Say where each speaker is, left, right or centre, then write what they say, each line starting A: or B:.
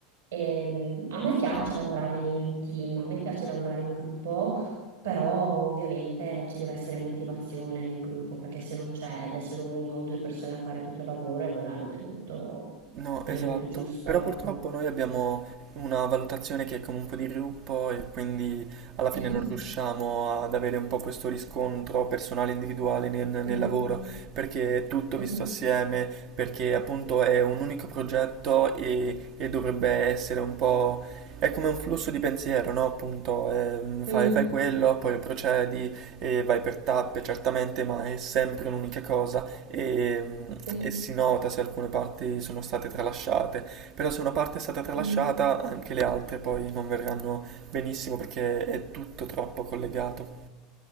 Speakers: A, on the right (about 70°); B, on the right (about 50°).
A: Ehm, a me piace
B: Ah,
A: lavorare in un team, a me piace lavorare in gruppo, però ovviamente ci deve essere motivazione nel gruppo, perché se non c'è ed è solo una o due persone a fare tutto il lavoro, allora non è molto,
B: No,
A: non
B: esatto,
A: è molto giusto,
B: però
A: ecco.
B: purtroppo noi abbiamo una valutazione che è come un po' di gruppo e quindi alla fine
A: Mhm.
B: non riusciamo ad avere un po' questo riscontro personale individuale nel, nel
A: Mm.
B: lavoro perché è tutto
A: Mhm.
B: visto assieme, perché appunto è un unico progetto e, e dovrebbe essere un po'... è come un flusso di pensiero, no? Appunto, ehm,
A: Mm.
B: fai, fai quello, poi procedi e vai per tappe, certamente, ma è sempre un'unica cosa e,
A: Mhm.
B: e si nota se alcune parti sono state tralasciate, però se una parte è stata tralasciata
A: Mm.
B: anche le altre poi non verranno benissimo perché è tutto troppo collegato.